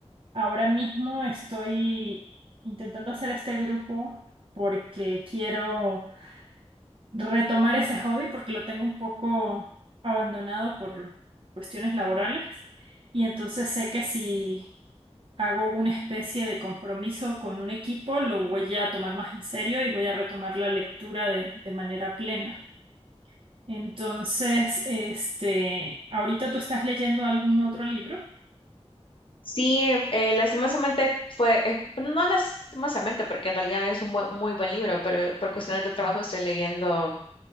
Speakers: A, on the right (about 50°); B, on the left (about 50°).
A: ahora mismo estoy intentando hacer este grupo porque quiero retomar ese hobby porque lo tengo un poco abandonado por cuestiones laborales. Y entonces sé que si hago una especie de compromiso con un equipo, lo voy a tomar más en serio y voy a retomar la lectura de de manera plena. Entonces, este, ahorita tú estás leyendo algún otro libro.
B: Sí, eh, lastimosamente fue, eh, no lastimosamente, porque en realidad es un buen- muy buen libro, pero por cuestiones de trabajo estoy leyendo